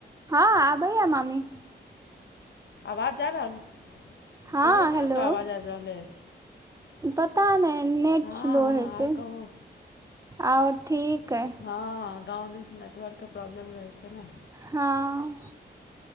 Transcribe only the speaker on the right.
हँ आबैये मामी
हँ
हेलो
पता न‌ए नेट
स्लो
हेते
आ ठीक अय
हँ